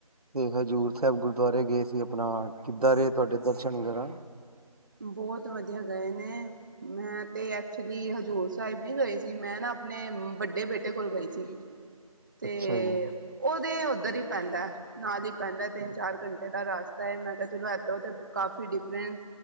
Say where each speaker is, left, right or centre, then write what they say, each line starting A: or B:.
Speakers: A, on the right (about 85°); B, on the right (about 30°).
A: ਤੇ ਹਜ਼ੂਰ ਸਾਹਿਬ ਗੁਰਦੁਆਰੇ ਗਏ ਸੀ, ਆਪਣਾ ਕਿੱਦਾਂ ਰਹੇ ਤੁਹਾਡੇ ਦਰਸ਼ਨ ਵਗੈਰਾ?
B: ਬਹੁਤ ਵਧੀਆ ਗਏ ਨੇ। ਮੈਂ ਤੇ ਐਕਚੁਲੀ ਹਜ਼ੂਰ ਸਾਹਿਬ ਨੀ ਗਈ ਸੀ ਮੈਂ ਨਾ ਆਪਣੇ ਵੱਡੇ ਬੇਟੇ ਕੋਲ ਗਈ ਸੀ।
A: <inaudible>
B: ਤੇ
A: ਅੱਛਾ ਜੀ
B: ਉਹਦੇ ਉੱਧਰ ਹੀ ਪੈਂਦਾ। ਨਾਲ ਹੀ ਪੈਂਦਾ ਤਿੰਨ, ਚਾਰ ਘੰਟੇ ਦਾ ਰਸਤਾ ਹੈ ਮੈਂ ਕਿਹਾ ਚਲੋ ਇੱਥੋਂ ਕਾਫੀ ਡਿਫਰੈਂਸ